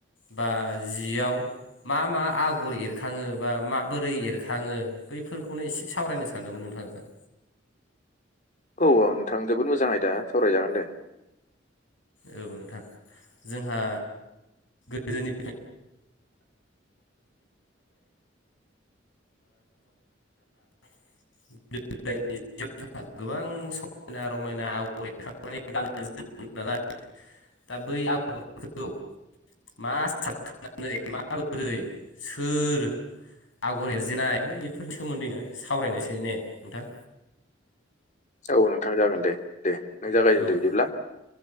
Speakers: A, on the left (about 80°); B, on the left (about 40°).
A: बा जियाव मा मा आगर एरखाङो बा माबोरै एरखाङो बैफोरखौनो एसे सावरायनो सानदोंमोन नोंथांजों
B: औ औ नोंथां जोबोद मोजाङै दा सावरायजागोन दे
A: औ नोंथां जोंहा गोदोनि' <unintelligible> <unintelligible> गोबां समायना रमायना <unintelligible> नालाय दा बै <unintelligible> मा <unintelligible> माबोरै सोर आगर एरजेनाय माने बेफोरनि सोमोन्दैनो सावरायनोसै ने नोंथां
B: औ नोंथां जागोन दे दे नों जागायजेनदो
A: औ
B: बिदिब्ला